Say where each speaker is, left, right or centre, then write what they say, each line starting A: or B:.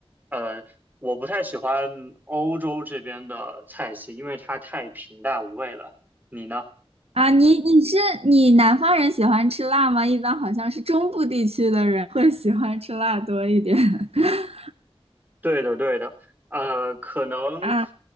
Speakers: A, on the right; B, on the right.
A: 呃，我不太喜欢欧洲这边的菜系，因为它太平淡无味了。你呢？
B: 啊，你你是你南方人喜欢吃辣吗？一般好像是中部地区的人会喜欢吃辣多一点。<laughs>
A: 对的，对的，呃，可能
B: 啊，